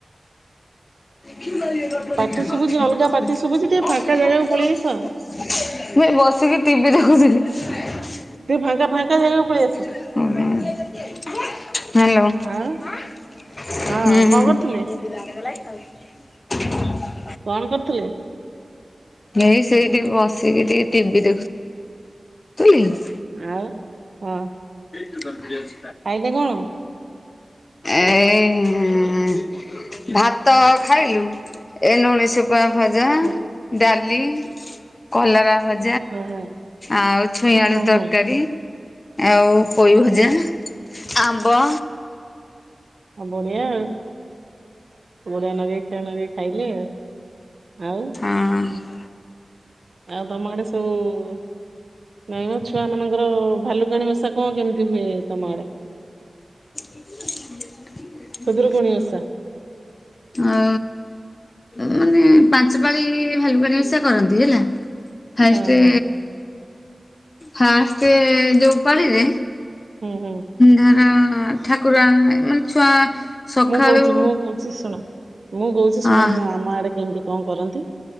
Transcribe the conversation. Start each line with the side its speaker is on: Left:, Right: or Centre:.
Left: <unintelligible>
Right: ପାଟି
Left: ମୁଁ
Right: ଶୁଭୁଛି ଅଲଗା ପାଟି
Left: ଏ
Right: ଶୁଭୁଛି ଟିକେ ଫାଙ୍କା ଜାଗାକୁ
Left: ବସିକି
Right: ପଳେଇ ଆସ
Left: ଟିଭିି ଦେଖୁଥିଲି ।
Right: ତୁ ଫାଙ୍କା, ଫାଙ୍କା ଜାଗାକୁ ପଳେଇ ଆସ ।
Left: ହଁ ହାଲୋ
Right: ଆଉ
Left: ହଁ
Right: ହଁ
Left: ଆଉ
Right: କଣ କରୁଥିଲେ
Left: <unintelligible>
Right: କଣ କରୁଥିଲେ?
Left: ନାଇ ସେଇଠି ବସିକି ଟିକେ ଟିଭି ଦେଖୁଥିଲି । ହୁ <unintelligible>
Right: ଆଉ ହଁ ।
Left: <unintelligible>
Right: ଖାଇଲେ କଣ?
Left: ଏ ହ <unintelligible> ଭାତ ଖାଇଲୁ, ଏ ନୁଣି ଶୁ ଶୁକୁଆ ଭଜା,
Right: ହୁଁ
Left: ଡାଲି, କଲରା ଭଜା
Right: ହୁଁ ହୁଁ।
Left: ଆଉ ଛୁଇଁ ଆଳୁ
Right: ହୁଁ
Left: ତରକାରୀ
Right: ହୁଁ
Left: । ଆଉ ପୋଇଭଜା,
Right: ହୁଁ ହୁଁ
Left: ଆମ୍ବ
Right: ଆଉ ବଢିଆ ଆଉ, ବଢିଆ ନବ ଖିଆ ନବ ଖାଇଲି ଆଉ ଆଉ
Left: ହଁ।
Right: ଆଉ ତମଆଡେ ସବୁ ନାଇଁ ମୋ ଛୁଆ ମାନଙ୍କର ଭାଲୁକାଣୀ ବସା କଣ କେମିତି ହୁଏ, ତମ ଆଡେ?
Left: <unintelligible>
Right: ଖୁଦୁରୁକୁଣୀ ଓଷା ।
Left: ଆ ମାନେ ପାଞ୍ଚ ପାଳି ଭାଲୁକୁଣି ଓଷା କରନ୍ତି, ହେଲା ଫାଷ୍ଟରେ,
Right: ହଁ ହଁ
Left: ଫାଷ୍ଟରେ ଯୋଉ ପାଳିରେ
Right: ହୁଁ ହୁଁ
Left: ଧର ଠାକୁର ମାନେ ଛୁଆ ସକାଳୁ
Right: ମୁଁ କହୁଛି ମୁଁ କହୁଛି ଶୁଣ ମୁଁ କହୁଛି
Left: ହଁ
Right: ଶୁଣ -ମୁଁ ଆମ ଆଡେ କେମିତି କଣ କରନ୍ତି?